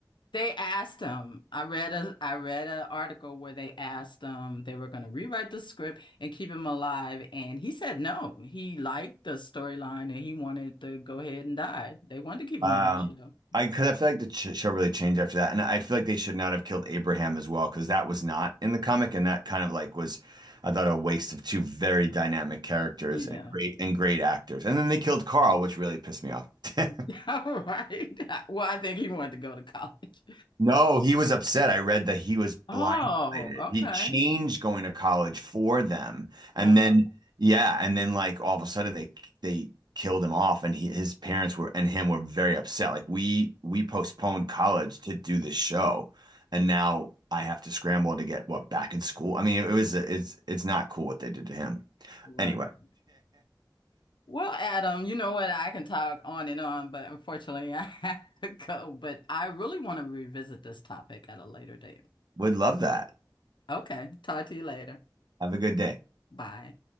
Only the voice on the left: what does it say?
they asked him. I read a I read an article where they asked him they were going to rewrite the script and keep him alive, and he said no. He liked the storyline and he wanted to go ahead and die. They wanted to keep him
on the show.
Yeah,
<laughs> All right. Well, I think he wanted to go to college.
Oh,
okay.
Uh,
right.
Well, Adam, you know what? I can talk on and on, but unfortunately, I <laughs> have to go. But I really want to revisit this topic at a later date.
Okay, talk to you later.
Bye.